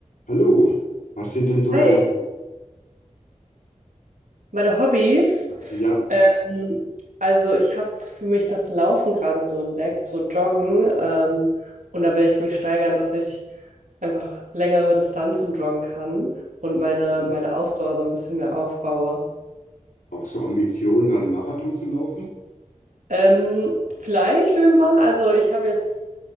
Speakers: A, on the left (about 90°); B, on the right (about 85°).
A: Hallo, was sind denn so
B: Hi.
A: deine,
B: Meine Hobbys.
A: ja,
B: Ähm, also ich habe für mich das Laufen gerade so entdeckt, so Joggen. Ähm, und da will ich mich steigern, dass ich einfach längere Distanzen joggen kann und meine,
A: mhm.
B: meine Ausdauer so ein bisschen mehr aufbaue.
A: auch so Ambitionen, einen Marathon zu laufen?
B: Ähm, vielleicht irgendwann. Also ich habe jetzt